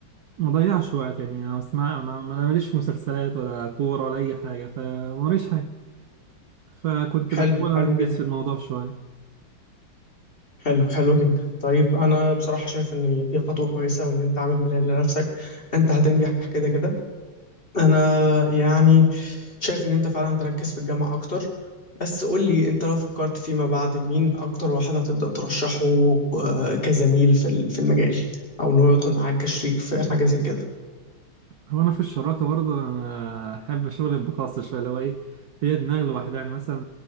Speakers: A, on the right; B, on the left.
A: ما ضيعش وقت يعني انا اسمع ما ما- انا ماليش في مسلسلات ولا كوره ولا اي حاجه فماليش حاجه فكنت
B: حلو
A: بحاول انجز
B: حلو جدا
A: في الموضوع شويه
B: حلو حلو جدا طيب انا بصراحة شايف ان دي خطوة كويسة وان انت عامل بلان لنفسك انت هتنجح كده كده انا يعني شايف ان انت فعلا تركز في الجامعة اكتر بس قول لي انت لو فكرت فيما بعد مين اكتر واحد هتبدأ ترشحه آه، كزميل في ال- في المجال او ان هو يدخل معاك كشريك في حاجة زي كده
A: هو انا في الشراكه برضو انا احب شغل الخاص شويه اللي هو ايه ليا دماغ لوحدها يعني مثلا